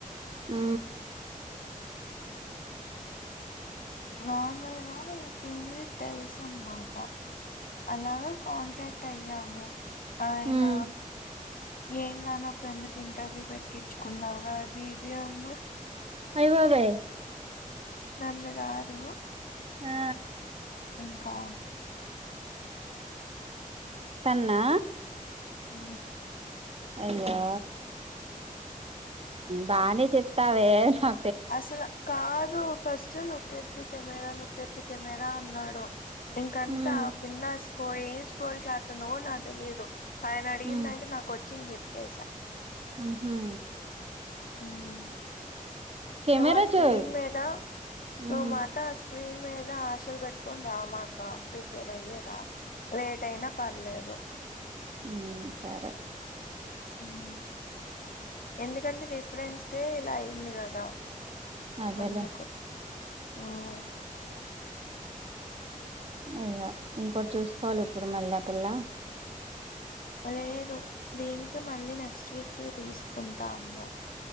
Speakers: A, on the right (about 45°); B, on the left (about 80°).
A: ఊ
B: నార్మల్ గా వాళ్ళ టీంలు తెలుసన్నమాట అలాగా కాంటాక్ట్ అయ్యాము ఆయన
A: ఉమ్
B: ఏం రానప్పుడు ఎందుకు ఇంటర్వ్యూ పెట్టించుకున్నవురా అది ఇది అన్నా
A: అయ్యా బాబోయి
B: నన్ను కాదు
A: ఆ
B: ఇంకా
A: తన్నా
B: హు
A: అయ్యో బానే చెప్తావే హ
B: అసలు కాదు first look at the camera look at the camera అన్నాడు ఇంకంతా
A: ఉమ్
B: కింద స్కో ఏ స్క్రోల్ చెత్తంధో కూడా నాకు తెలియదు ఆయన అడిగినదానికి
A: ఉమ్
B: నాకు వచ్చింది చెప్పేసా
A: ఉహు
B: <unintelligible>
A: కెమెరా
B: నువ్ ఆ స్క్రీన్
A: చూడు
B: మీద
A: ఉమ్
B: నువ్ మాత ఆసు స్క్రీన్ మీద ఆశలు పెట్టుకుని రామాక ప్రిపేర్ అయ్యే రా లేట్ అయినా పర్లేదు
A: ఉహ్మ్ సరే
B: ఉహ్ ఎందుకంటే రేపుడేన్సకే ఇలా అయింది కదా
A: అదేలే
B: అందుకు ఓహ్
A: అయ్యా ఇంకోటి చూసుకోవాలి ఇప్పుడు మళ్ళా పిల్లా
B: లేదు దీనికి మళ్ళీ నెక్స్ట్ వీక్ తీసుకుంటా అన్నా.